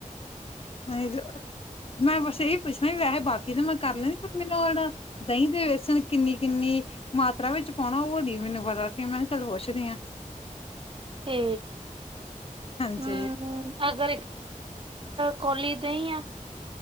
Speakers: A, on the left; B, on the right.
A: <unintelligible> ਮੈਂ ਬਸ ਇਹੀ ਪੁੱਛਣਾ ਵੀ ਵੈਸੇ ਨੇ ਮੈਂ ਕਰ ਲੈਦੀ ਮੈਨੂੰ ਹੁਣ ਦਹੀਂ ਦੇ ਵੇਸਣ ਕਿੰਨੀ-ਕਿੰਨੀ। ਮਾਤਰਾ ਵਿੱਚ ਪਾਉਣਾ। ਉਹ ਨੀ ਮੈਨੂੰ ਪਤਾ ਸੀ। ਮੈਂ ਕਿਹਾ ਚੱਲ ਪੁੱਛਦੀ ਆ।
B: ਤੇ
A: ਹਾਂਜੀ
B: ਹਮ, ਅਗਰ ਇੱਕ ਕੋਲੀ ਦਹੀ ਆ।